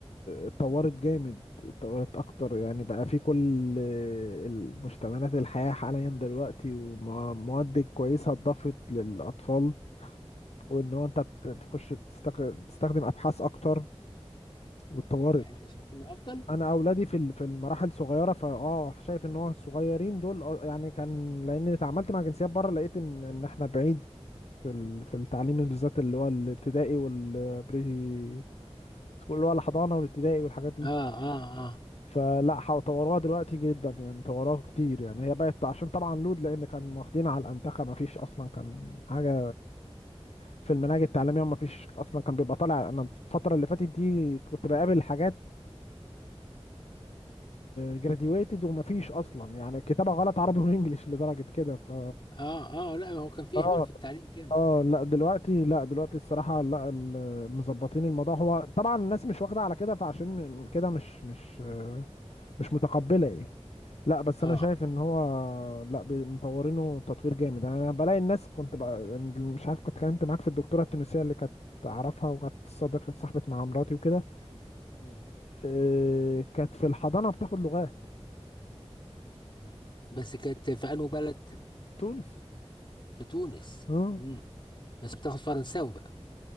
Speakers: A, on the left (about 75°); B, on the left (about 50°).
A: اتطورت جامد اتطورت اكتر يعني بقى في كل المشتملات الحياة حاليا دلوقتي ومواد كويسة اتضافت للاطفال وان هو انت بت- بتخش بتستخ- بتستخدم ابحاث اكتر واتطورت
B: يعني انت شايف ان افضل
A: انا اولادي في ال- في المراحل صغيره فاه شايف ان هو الصغيرين دول آه، يعني كان لان اتعاملت مع جنسيات بره لقيت ان ان احنا بعيد في ال- في التعليم بالذات اللي هو الابتدائي والبري سكول اللي هو الحضانه والابتدائي والحاجات دي
B: اه اه اه
A: فلا حو- طوروها دلوقتي جدا يعني طوروها كتير يعني هي بقت عشان طبعا لود لان كان واخدين على الانتخه ما فيش اصلا كان حاجه في المناهج التعليميه ما فيش اصلا كان بيبقى طالع انا الفتره اللي فاتت دي كنت بقابل حاجات جراديويتد ومفيش اصلا يعني كتابة غلط عربي وانجليش لدرجة كده ف
B: اه اه لا هو كان في
A: اه
B: اهمال في التعليم جامد
A: اه لا دلوقتي لا دلوقتي الصراحة لا ال- مظبطين الموضوع هو طبعا الناس مش واخدة على كده فعشان م- كده مش مش آه، مش متقبلة ايه لا بس
B: اه
A: انا شايف ان هو لا بي- مطورينه تطوير جامد يعني انا بلاقي الناس كنت بقى يعني مش عارف كنت اتكلمت معاك في الدكتورة التونسية اللي كانت اعرفها وكانت صديقة صاحبة مع مراتي وكده
B: مم.
A: آه، كانت في الحضانة بتاخد لغات
B: مم. بس كانت في انه بلد
A: تونس
B: في تونس
A: مم.
B: مم. بس بتاخد فرنساوي بقى